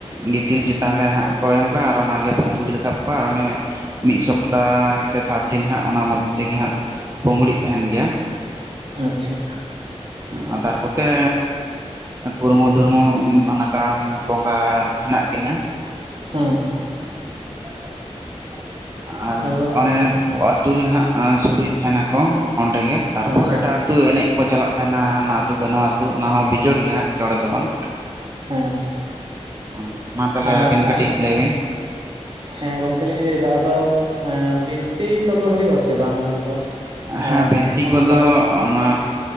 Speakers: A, on the right (about 25°); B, on the right (about 50°).
A: ᱜᱤᱛᱤᱞ ᱪᱮᱛᱟᱱ ᱨᱮ ᱦᱟᱸᱜ ᱠᱚ ᱮᱢ ᱠᱟᱜᱼᱟ ᱟᱨ ᱚᱱᱟᱜᱮ ᱯᱩᱝᱜᱲᱤ ᱨᱟᱠᱟᱵ ᱟᱨ ᱚᱱᱮ, ᱢᱤᱫ ᱥᱚᱯᱛᱟᱻ ᱥᱮ ᱥᱟᱛ ᱫᱤᱱ ᱦᱟᱸᱜ ᱚᱱᱟ ᱢᱚᱫᱽᱫᱷᱮ ᱜᱮ ᱦᱟᱸᱜ ᱯᱩᱝᱜᱲᱤ ᱛᱟᱦᱮᱸᱱ ᱜᱮᱭᱟ᱾
B: ᱟᱪᱪᱷᱟ᱾
A: ᱟᱨ ᱛᱟᱨᱯᱚᱛᱮ ᱠᱩᱨᱢᱩ-ᱫᱩᱨᱢᱩ ᱱᱟᱜᱟᱢ ᱵᱚᱸᱜᱟ ᱦᱮᱱᱟᱜ ᱠᱤᱱᱟ᱾
B: ᱦᱩᱸ᱾
A: <inaudible> ᱟᱨ
B: ᱟᱫᱚ
A: ᱚᱱᱮ ᱟᱛᱳ ᱨᱮ ᱦᱟᱸᱜ ᱥᱩᱨᱩᱭ ᱛᱟᱦᱮᱸᱱᱟᱠᱚ ᱚᱸᱰᱮ ᱜᱮ, ᱛᱟᱨᱯᱚᱨ
B: ᱟᱪᱪᱷᱟ
A: ᱮᱴᱟᱜ ᱟᱹᱛᱩ ᱮᱱᱮᱡᱽ ᱠᱚ ᱪᱟᱞᱟᱜ ᱛᱟᱦᱮᱸᱱᱟ ᱦᱟᱱᱟ ᱟᱹᱛᱩ ᱠᱚᱡ ᱱᱚᱣᱟ ᱟᱹᱛᱩ ᱚᱱᱟ ᱦᱚᱸ ᱵᱤᱡᱳᱲ ᱜᱮᱦᱟᱸᱜ ᱡᱚᱲ ᱫᱚ ᱵᱟᱝ᱾
B: ᱦᱮᱸ ᱦᱮᱸ
A: ᱦᱩᱸ ᱢᱟ ᱛᱟᱦᱞᱮ
B: ᱟᱨ
A: ᱟᱹᱵᱤᱱ ᱠᱟᱹᱴᱤᱡᱽ ᱞᱟᱹᱭ ᱵᱤᱱ?
B: ᱦᱮᱸ ᱜᱚᱝᱠᱮ ᱞᱤᱧ ᱞᱟᱹᱭᱫᱟ ᱟᱫᱚ, ᱮᱸ ᱵᱤᱱᱛᱤ ᱠᱚᱫᱚ ᱦᱳᱭᱳᱜ ᱟᱥᱮ ᱵᱟᱝ ᱚᱱᱟ ᱨᱮᱫᱚ?
A: ᱦᱮᱸ
B: ᱟᱨ
A: ᱵᱤᱱᱛᱤ
B: ᱚᱱᱠᱟ
A: ᱠᱚᱫᱚ ᱚᱱᱟ